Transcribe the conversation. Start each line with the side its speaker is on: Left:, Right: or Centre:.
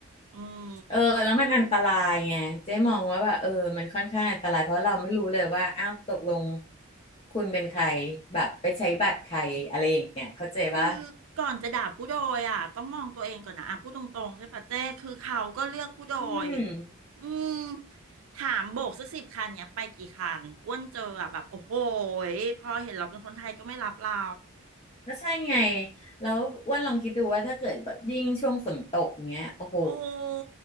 Right: อืม
Left: เออแล้วมันอันตรายไงเจ๊มองว่าแบบเออมันค่อนข้างอันตรายเพราะเราไม่รู้เลยว่าอ้าวตกลงคุณเป็นใครแบบไปใช้บัตรใครอะไรอย่างเงี้ยเข้าใจปะ
Right: คือก่อนจะด่าผู้โดยอ่ะต้องมองตัวเองก่อนนะอ่ะพูดตรงๆใช่ปะเจ้คือเขาก็เลือกผู้โดย
Left: อืม
Right: อืมถามโบกสักสิบคันเนี่ยไปกี่คันอ้วนเจออ่ะแบบโอ้โหยพอเห็นเราเป็นคนไทยก็ไม่รับเรา
Left: ก็ใช่ไงแล้วอ้ว่าลองคิดดูว่าถ้าเกิดแบบยิ่งช่วงฝนตกเงี้ยโอ้โห
Right: โอ้